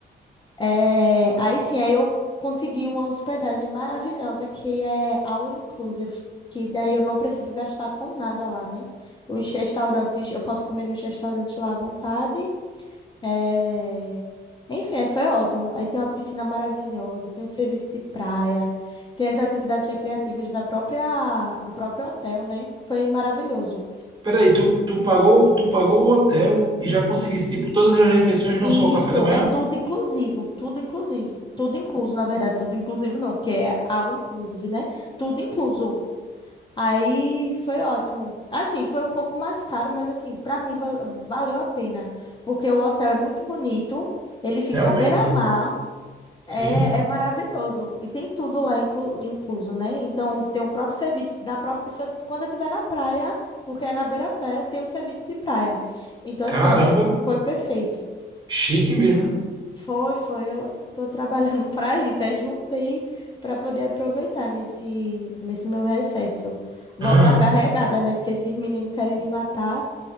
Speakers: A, on the left; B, on the right.
A: É, aí sim, aí eu consegui uma hospedagem maravilhosa que é all inclusive, que daí eu não preciso gastar com nada lá, né? Os restaurantes, eu posso comer nos restaurantes lá à vontade. É, Enfim, aí foi ótimo. Aí tem uma piscina maravilhosa, tem um serviço de praia, tem as atividades recreativas da própria, do próprio hotel, né? Foi maravilhoso.
B: Peraí, tu, tu pagou, tu pagou o hotel e já conseguiste, tipo, todas as refeições, não
A: E
B: só o
A: Isso
B: café da manhã?
A: é tudo inclusivo, tudo inclusivo, tudo incluso, na verdade, tudo inclusivo não, porque é all inclusive, né? Tudo incluso. Aí foi ótimo. Assim, foi um pouco mais caro, mas assim, para mim val- valeu a pena, porque o hotel é muito bonito, ele fica
B: Realmente.
A: à beira-mar,
B: Sim.
A: é, é maravilhoso e tem tudo lá inclu, incluso, né? Então tem o próprio serviço da própria, se eu- quando eu estiver na praia, porque é na beira-praia, tem o serviço de praia. Então
B: Caramba,
A: assim, é, foi perfeito.
B: chique mesmo, né?
A: Foi, foi. Eu tô trabalhando <laughs> para isso. Aí juntei para poder aproveitar nesse, nesse meu recesso. Voltar
B: Aham.
A: carregada, né? Porque esses meninos querem me matar.